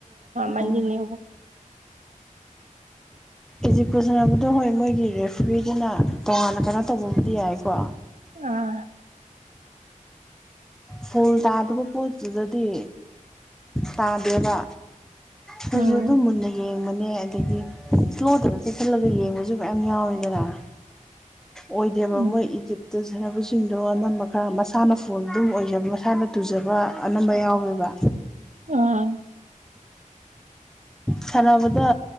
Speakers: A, on the right; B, in the centre.
A: ꯃꯅꯤꯅꯤ
B: ꯎꯝ ꯏꯖꯤꯛꯀ ꯁꯟꯅꯕꯗꯣ ꯍꯣꯏ ꯃꯣꯏꯒꯤ ꯔꯦꯐꯔꯤ ꯗꯨꯅ ꯇꯣꯉꯥꯟꯅ ꯀꯩꯅꯣ ꯇꯧꯕꯕꯨꯗꯤ ꯌꯥꯏꯀꯣ
A: ꯑꯥ
B: ꯐꯨꯜ ꯇꯥꯗꯕ ꯄꯣꯠꯇꯨꯗꯗꯤ ꯇꯥꯗꯦꯕ ꯐꯖꯁꯨ
A: ꯎꯝ
B: ꯑꯗꯨꯝ ꯃꯨꯟꯅ ꯌꯦꯡꯕꯅꯦ ꯑꯗꯒꯤ ꯏꯁ꯭ꯂꯣꯗꯨꯨꯗ ꯆꯦꯛꯁꯤꯜꯂꯒ ꯌꯦꯡꯕꯁꯨ ꯃꯌꯥꯝ ꯌꯥꯎꯔꯤꯗꯅ ꯑꯣꯏꯗꯦꯕ
A: ꯎꯝ
B: ꯃꯣꯏ ꯏꯖꯤꯞꯇ ꯁꯥꯟꯅꯕꯁꯤꯡꯗꯣ ꯑꯅꯝꯕ ꯈꯔ ꯃꯁꯥꯅ ꯐꯣꯟꯜꯂꯤ ꯑꯣꯏꯖꯕ ꯃꯁꯥꯅ ꯇꯨꯖꯕ ꯑꯅꯝꯕ ꯌꯥꯎꯋꯦꯕ
A: ꯑꯥ
B: ꯁꯥꯟꯅꯕꯗ